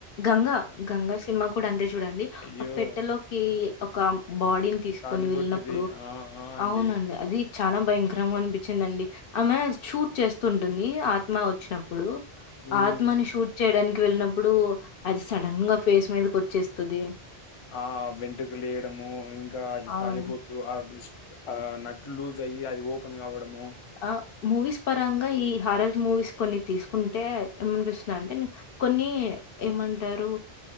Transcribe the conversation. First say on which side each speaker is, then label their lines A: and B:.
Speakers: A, on the left; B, on the left.
A: గంగా
B: ఆ
A: గంగా సినిమా కుడన్ దేజ్ చూడండి
B: అయ్యో
A: ఆ పెట్టలోకి ఒకామ్ బాడీని తీసుకొని
B: తాళిబొట్టుది
A: వెళ్ళినప్పుడు
B: ఆ ఆ అండి
A: అవునండి అది చాలా భయంకరంగా అనిపిచ్చిందండి ఆమె షూట్ చేస్తుంటుంది ఆత్మ వచ్చినప్పుడు
B: ఉమ్
A: ఆత్మని షూట్ చేయడాన్ కి వెళ్ళినప్పుడు అది సడన్ గా ఫేస్ మీదకి వచ్చేస్తుది
B: ఆ వెంటుకలు లెయ్యడము ఇంకా అది
A: అవును.
B: తాలిబొట్టు ఆపిస్ ట్ల్ ఆ నట్లు లూజ్ అయ్యి అది ఓపెన్ కావ డము
A: ఆ! మూవీస్ పరంగా ఈ హారర్ మూవీస్ కొన్ని తీసుకుంటే ఏమనిపిస్తుందంటే కొన్ని ఏమంటారు